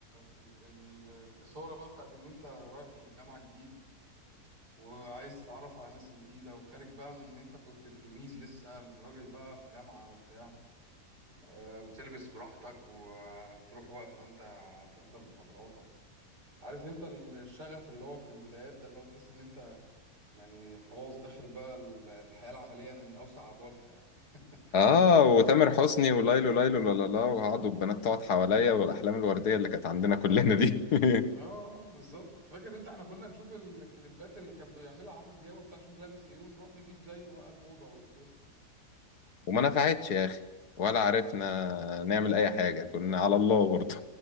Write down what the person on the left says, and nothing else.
اه وتامر
حسني وليلو ليلو لا لا لا وقعدوا البنات تقعد حواليا والاحلام الورديه اللي كانت عندنا كلنا دي <laughs>
وما نفعتش يا اخي ولا عرفنا نعمل اي حاجه كنا على الله برضه